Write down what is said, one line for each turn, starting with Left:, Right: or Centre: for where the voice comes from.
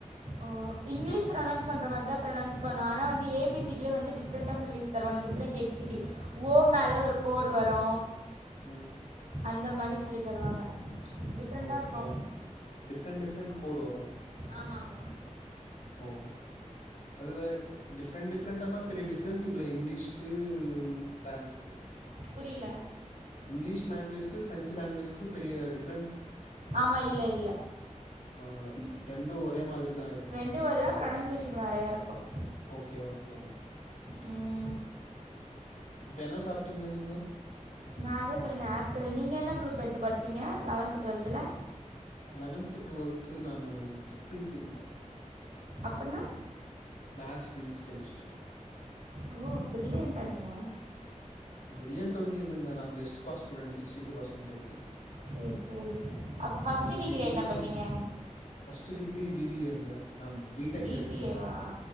Right: ஓ இங்கிலிஷ் ப்ரொனௌன்ஸ் பண்ற மாதிரி தா ப்ரௌனௌன்ஸ் பண்ணு ஆனா வந்து ஏ பி சி டி ல வந்து டிஃப்ரென்ட் ஆ சொல்லி தருவாங்க different A B C D ஓ மேல ஒரு கோடு வரு
Left: ம்
Right: அந்த மாதிரி சொல்லி தருவாங்க டிஃப்ரெண்ட்டாக
Left: ஓகே
Right: இருக்கும்
Left: டிஃப்ரெண்ட் டிஃப்ரெண்ட் கோடு வரு
Right: ஆமா ஆமா
Left: ஓ ஒ அதுல டிஃப்ரெண்ட் டிஃப்ரெண்டானா பெரிய டிஃபரென்ஸ் இல்ல இங்கிலீஷ்கு பிரான்ஸ்கு
Right: புரில
Left: இங்கிலீஷ் லாங்குவேஜ்கு பிரெஞ்ச் லாங்குவேஜ்கும் பெரிய டிப்
Right: ஆமா இல்ல இல்ல
Left: ஆ ரெண்டும் ஒரே மாரிதான் இருக்கும்
Right: ரெண்டு ஒரு தான் ப்ரொனன்சியேஷன் வேறையாக இருக்கும்
Left: ஓகே ஓகே
Right: ம்
Left: இப்ப என்ன சாப்பிட்டீங்கோ நீங்க
Right: நான் அதான் சொல்றேனே ஆப்பிள் நீங்கள் என்ன குரூப் எடுத்து படிச்சீங்க லெவன்த் டுவல்த்தில
Left: லெவன்த் டுவெல்து நானு எம் பி சிங்க
Right: அப்டினா
Left: மேத்ஸ் பிசிக்ஸ் கெமிஸ்ட்ரி
Right: ஓ பிரில்லியன்ட்டா நீங்க
Left: பிர்லியன்ட்லா ஒன்னு இல்லிங்க நான் just pass student sixty two percentage
Right: செரி செரி அப்ப ஃபஸ்ட்
Left: நானு
Right: டிகிரி என்ன
Left: தான்
Right: பண்ணீங்க
Left: first degree B B A ங்க நான் பி டெக்
Right: பிபிஏவா
Left: எடுக்ல